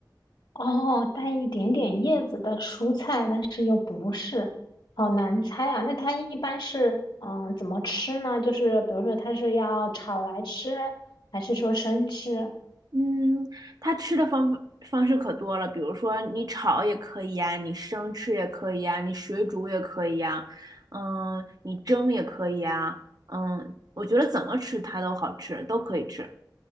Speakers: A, on the left; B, on the right.
A: 哦，带一点点叶子的蔬菜，但是又不是，好难猜啊。那它一般是嗯怎么吃呢？就是比如说它是要炒来吃，还是说生吃？
B: 嗯，它吃的方法方式可多了，比如说你炒也可以呀，你生吃也可以呀，你水煮也可以呀，嗯，你蒸也可以呀，嗯，我觉得怎么吃它都好吃，都可以吃。